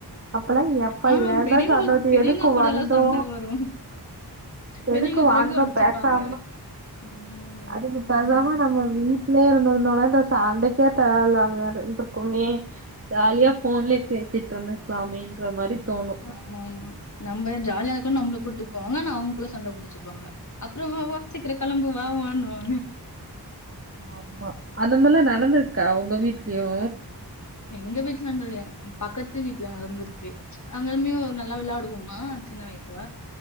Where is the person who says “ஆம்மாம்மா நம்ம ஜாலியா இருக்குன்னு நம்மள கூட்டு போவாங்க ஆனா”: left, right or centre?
Left